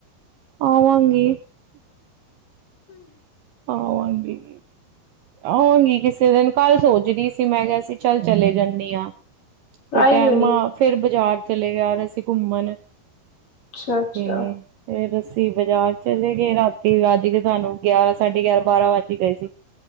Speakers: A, on the right; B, on the left.
A: ਆਵਾਂਗੀ। ਆਵਾਗੀ। ਆਗੀ, ਕਿਸੇ ਦਿਨ ਕੱਲ ਸੋਚ ਰਹੀ ਸੀ ਮੈਂ ਕਿਹਾ ਸੀ ਚੱਲ ਚਲੇ ਜਾਂਦੀ ਹਾਂ। ਫ
B: ਆਈ
A: ਟੈਮਾ
B: ਕਿਉਂ ਨੀ
A: ਫੇਿਰ ਬਾਜ਼ਾਰ ਚਲੇ ਯਾਰ ਅਸੀਂ ਘੁੰਮਣ। ਤੇ
B: ਅੱਛਾ ਅੱਛਾ
A: ਇਹ ਦੱਸ ਅਸੀਂ ਬਾਜ਼ਾਰ ਚਲੇ ਗਏ ਰਾਤੀ ਵੱਜ ਕੇ ਸਾਨੂੰ ਗਿਆਰਾਂ ਸਾਢੇ ਗਿਆਰਾਂ- ਬਾਰਾਂ ਵੱਜ ਗਏ ਸੀ।